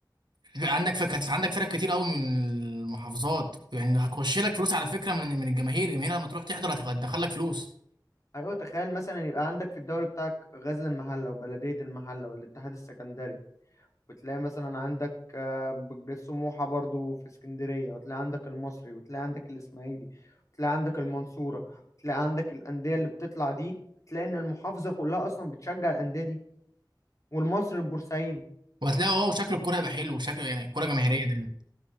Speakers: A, on the right; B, on the left.
A: عندك فكرة عندك فرق كتير قوي من المحافظات يعني هتخش لك فلوس على فكرة من من الجماهير الجماهير لما تروح تحضر هتبقى هتدخل لك فلوس
B: ايوه تخيل مثلا يبقى عندك في الدوري بتاعك غزل المحله وبلديه المحله والاتحاد السكندري وتلاقي مثلا عندك آه، بج- سموحه برضو في اسكندريه وتلاقي عندك المصري وتلاقي عندك الاسماعيلي وتلاقي عندك المنصوره وتلاقي عندك الانديه اللي بتطلع دي تلاقي ان المحافظه كلها اصلا بتشجع الانديه دي والمصري البورسعيدي
A: وهتلاقي اه شكل الكورة يبقى حلو وشكل يعني الكورة جماهيرية دايما